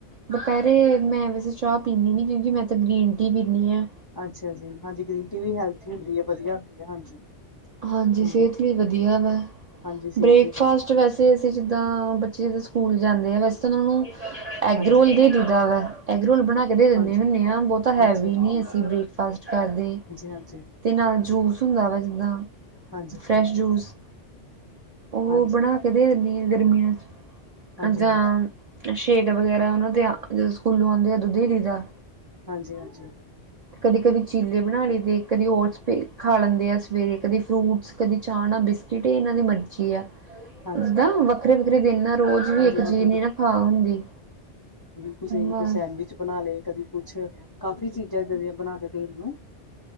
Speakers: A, on the right (about 60°); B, on the left (about 35°).
A: ਦੁਪਹਿਰੇ ਮੈਂ ਵੈਸੇ ਚਾਹ ਪੀਂਦੀ ਨੀ ਕਿਉਂਕਿ ਮੈਂ ਤਾਂ ਗ੍ਰੀਨ ਟੀ ਪੀਂਨੀ ਆ।
B: ਅੱਛਾ ਜੀ ਹਾਂਜੀ ਗ੍ਰੀਨ ਟੀ ਵੀ ਹੈਲਥੀ ਹੁੰਦੀ ਏ, ਵਧੀਆ ਹੁੰਦੀ ਏ ਹਾਂਜੀ।
A: ਹਾਂਜੀ
B: ਹਾਂ
A: ਸਿਹਤ ਲਈ ਵਧੀਆ ਵਾ।
B: ਹਾਂਜੀ ਸਿਹਤ
A: ਬ੍ਰੇਕਫਾਸਟ
B: ਲਈ ਵਧੀਆ
A: ਵੈਸੇ ਵੈਸੇ ਜਿੱਦਾਂ ਬੱਚੇ ਜਿੱਦਾਂ ਸਕੂਲ ਜਾਂਦੇ ਆ ਵੈਸੇ ਤਾਂ ਉਨਾਂ ਨੂੰ ਐਗ
B: ਹਾਂਜੀ
A: ਰੋਲ ਦੇ ਦੀ ਦਾ ਵਾ ਐਗ ਰੋਲ ਬਣਾ ਕੇ ਦੇ ਦਿੰਦੇ
B: ਹਾਂਜੀ
A: ਹੁੰਦੇ ਹਾਂ ਬੋਤਾ ਹੈਵੀ
B: ਅੱਛਾ ਜੀ
A: ਨੀ
B: ਹਾਂਜੀ
A: ਅਸੀਂ ਬ ਫਾਸਟ ਕਰਦੇ
B: ਹਾਂਜੀ
A: ਤੇ ਨਾਲ ਜੂਸ ਹੁੰਦਾ ਵਾ ਜਿੱਦਾਂ
B: ਹਾਂਜੀ
A: ਫਰੈਸ਼
B: ਹਾਂਜੀ
A: ਜੂਸ ਓ
B: ਹਾਂਜੀ
A: ਬਣਾ ਕੇ ਦੇਨੀ ਗਰਮੀਆਂ
B: ਹਾਂਜੀ
A: ਜਾਂ
B: ਹਾਂਜੀ
A: ਸ਼ੇਕ ਵਗੈਰਾ ਉਨਾਂ ਦੇ ਜਦੋਂ ਸਕੂਲੋਂ ਆਉਂਦੇ ਉਦੋਂ ਦੀ ਦਾ
B: ਹਾਂਜੀ-ਹਾਂਜੀ।
A: ਕਦੇ-ਕਦੇ ਚੀਲੇ ਬਣਾ ਲਈਏ ਦੇ ਕਦੇ ਉਟਸ ਪੇ ਖਾ ਲੈਂਦੇ ਆ ਸਵੇਰੇ ਕਦੇ ਫਰੂਟਸ ਕਦੇ ਚਾਹ ਨਾ ਬਿਸਕਿਟ ਏ ਇਨਾਂ ਦੀ ਮਰਜ਼ੀ ਆ।
B: ਹਾਂਜੀ
A: ਜਿੱਦਾਂ ਵੱਖਰੇ-ਵੱਖਰੇ ਦਿਨ ਨਾ ਰੋਜ਼ ਵੀ
B: ਹਾਂਜੀ
A: ਇੱਕ
B: ਵੱਖਰੇ
A: ਚੀਜ਼ ਦੀ ਨਾ ਖਾ ਹੁੰਦੀ।
B: ਕੁਛ
A: ਬਸ।
B: ਨਈ ਵੀ ਸੈਂਡਵਿਚ ਬਣਾ ਲਏ ਕਦੀ ਕੁਛ ਕਾਫ਼ੀ ਚੀਜ਼ਾਂ ਇੱਦਾਂ ਦੀਆਂ ਬਣਾ ਕੇ ਦਈ ਦੀਆਂ